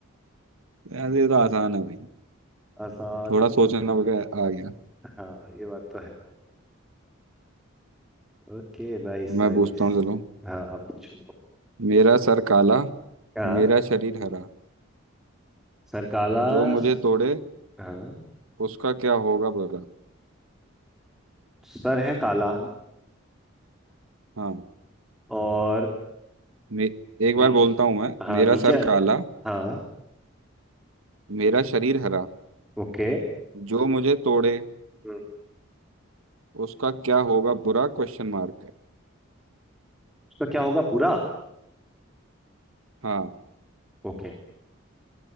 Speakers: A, on the right; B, in the centre.
A: यार ये तो आसान है भाई
B: आसान
A: थोड़ा सोचना वगैरह आ गया
B: हाँ ये बात तो है Okay nice
A: मैं
B: nice
A: पूछता हूँ चलो
B: हाँ आप पूछो
A: मेरा सर काला
B: हाँ
A: मेरा शरीर हरा
B: सर काला
A: जो मुझे
B: स-
A: तोड़े
B: हाँ
A: उसका क्या होगा बुरा
B: सर है काला
A: हाँ
B: और
A: मे, एक
B: नीचे
A: बार बोलता हूँ मैं
B: हाँ
A: मेरा
B: नीचे
A: सर काला
B: हाँ
A: मेरा शरीर हरा
B: ओके
A: जो मुझे तोड़े
B: हम्म,
A: उसका क्या होगा बुरा क्वेश्चन मार्क
B: उसका क्या होगा भूरा
A: हाँ
B: ओके